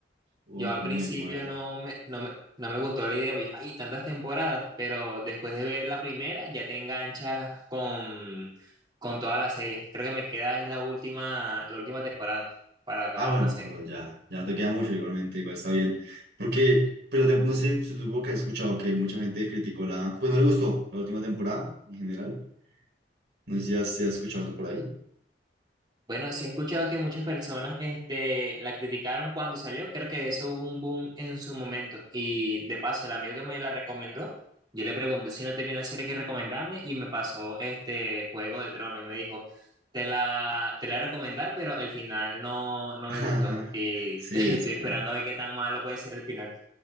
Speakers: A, on the right; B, on the right.
A: Oh,
B: Yo al
A: muy
B: principio
A: buena.
B: no me, no me, no me gustó la idea, porque hay tantas temporadas, pero después de ver la primera ya te enganchas con, con toda la serie. Creo que me queda es la última, la última temporada para acabar
A: Ah, bueno,
B: con la serie.
A: pero ya, ya no te queda mucho igualmente, igual está bien. Porque, pero te- no sé si tú que has escuchado que mucha gente criticó la, pues no le gustó la última temporada en general. No sé si has, si has escuchado eso por ahí.
B: Bueno, sí he escuchado que muchas personas este, la criticaron cuando salió. Creo que eso hubo un boom en su momento. Y de paso, el amigo que me la recomendó, yo le pregunté si no tenía una serie que recomendarme y me pasó este Juego de Tronos y me dijo, te la, te la voy a recomendar, pero el final no, no
A: <laughs>
B: me gustó.
A: Ajá.
B: Y
A: Sí,
B: <laughs> estoy
A: sí.
B: esperando a ver qué tan malo puede ser el final.